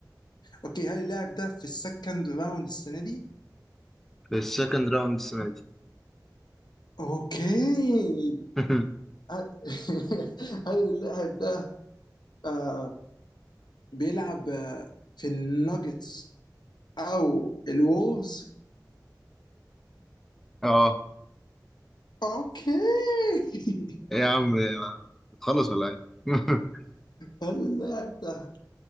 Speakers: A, on the left; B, in the centre.
A: اوكي هل اللاعب ده في السكند راوند السنه دي
B: في السكند راوند السنه دي
A: اوكي
B: <laughs>
A: ه- <laughs> هل اللاعب ده آه بيلعب آه في الناجتس او الولفز
B: اه
A: اوكي <laughs>
B: إيه يا عم آه، بتخلص ولا ايه <laughs>
A: حلو اللاعب ده